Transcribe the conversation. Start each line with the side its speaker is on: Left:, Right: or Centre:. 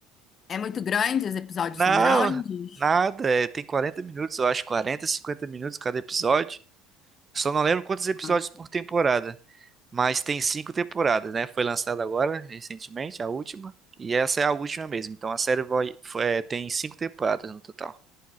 Left: é muito grande, os episódios
Right: Não,
Left: são grandes.
Right: nada. é, tem 40 minutos, eu acho, 40 50 minutos cada episódio. Só não lembro quantos episódios
Left: Ah,
Right: por temporada. Mas tem cinco temporadas, né? Foi lançada agora, recentemente, a última. E essa é a última mesmo. Então a série vai, foi- é, tem cinco temporadas no total.